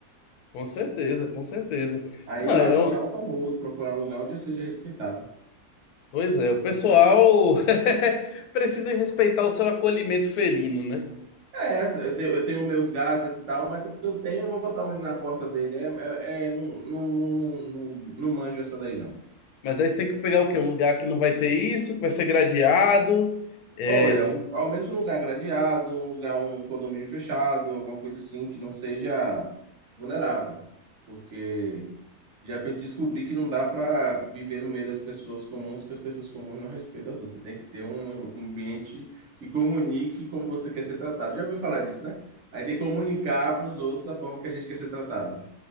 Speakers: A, on the left; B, on the right.
A: com certeza, com certeza.
B: Aí
A: Não,
B: é
A: é,
B: um ato
A: um,
B: de alto amor, eu procurar um lugar onde eu seja respeitado.
A: Pois é, o pessoal <laughs> precisa respeitar o seu acolhimento felino, né?
B: É, eu tenho, eu tenho meus gatos e tal, mas é porque eu tenho, eu vou botar um na porta dele. É, é, é, não, não, não, não, não não manjo essa daí, não.
A: Mas aí você tem que pegar o quê? Um lugar que não vai ter isso, que vai ser gradeado. É,
B: Olha, um- ao menos um lugar gradeado, um lugar, um condomínio fechado, alguma coisa assim que não seja vulnerável. Porque já pe- descobri que não dá para viver no meio das pessoas comuns, que as pessoas comuns não respeitam as outras. Você tem que ter um um ambiente que comunique como você quer ser tratado. Já ouviu falar disso, né? Aí tem que comunicar para os outros a forma que a gente quer ser tratado.